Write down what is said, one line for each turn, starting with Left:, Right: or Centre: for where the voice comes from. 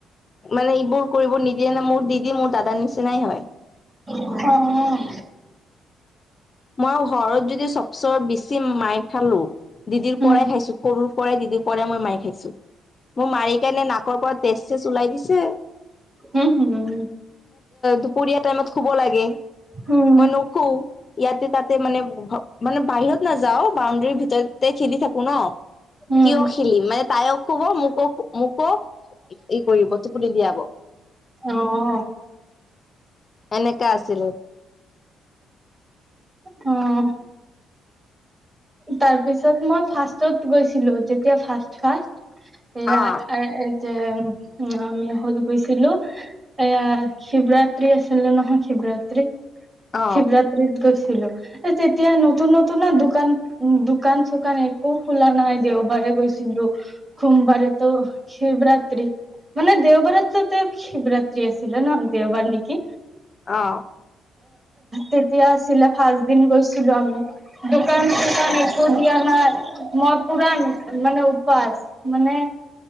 Left: মানে, এইবোৰ কৰিব নিদিয়ে না? মোৰ দিদি মোৰ দাদাৰ নিচিনাই হয়।
Right: উম
Left: মই ঘৰত যদি চবছে বেছি মাইৰ খালোঁ। দিদিৰ
Right: উম
Left: পৰাই খাইছোঁ। সৰুৰ পৰাই দিদিৰ পৰাই মই মাইৰ খাইছোঁ। মোৰ মাৰি কেনে নাকৰ পৰা তেজ, তেজ ওলাই দিছে। অ',
Right: উম
Left: দুপৰীয়া টাইমত শুব লাগে,
Right: উম
Left: মই নুশুওঁ। ইয়াতে-তাতে, মানে-মানে, বাহিৰত নাযাওঁ, বাউণ্ডৰীৰ ভিতৰতে খেলি থাকোঁ ন।
Right: উম
Left: কিয় খেলিম মানে, তাইও শুব, মো ক মো ক এই কৰিব টোপনি দিয়াব।
Right: অ'।
Left: এনেকা আছিলে।
Right: অ'। তাৰ পিছত মই ফাৰ্ষ্টত গৈছিলোঁ, যেতিয়া ফাৰ্ষ্ট ফাৰ্ষ্ট। এয়া
Left: অ
Right: যে আমি হেৰি গৈছিলোঁ। এয়া শিৱৰাত্ৰি আছিলে নহয়, শিৱৰাত্ৰি,
Left: অ
Right: শিৱৰাত্ৰিত গৈছিল। তেতিয়া নতুন নতুন দোকান, দোকান-চোকান একো খোলা নাই। দেওবাৰে গৈছিলোঁ। সোমবাৰেতো শিৱৰাত্ৰি মানে, দেওবাৰতোতে শিৱৰাত্ৰি আছিল ন? দেওবাৰ নিকি?
Left: অ'।
Right: তেতিয়া আছিলে, ফাৰ্ষ্ট দিন গৈছিলোঁ আমি দোকান একো দিয়া নাই মই পুৰান মানে উপাস মানে।